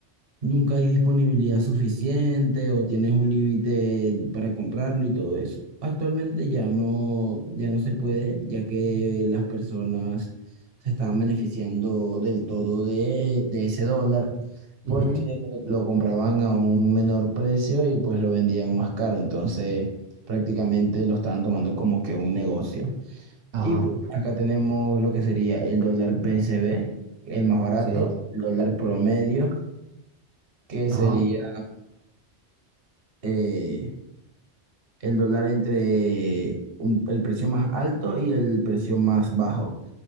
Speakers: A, on the right; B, on the right.
A: nunca hay disponibilidad suficiente o tienes un límite para comprarlo y todo eso. Actualmente ya no, ya no se puede, ya que las personas se estaban beneficiando del todo de, de ese dólar porque
B: ujú.
A: lo compraban a un menor precio y pues lo vendían más caro. Entonces prácticamente lo estaban tomando como que un negocio.
B: Ajá,
A: Y pues acá tenemos lo que sería el dólar BCB, el más barato,
B: sí,
A: el dólar promedio que sería
B: ajá,
A: eh, el dólar entre un- el precio más alto y el precio más bajo.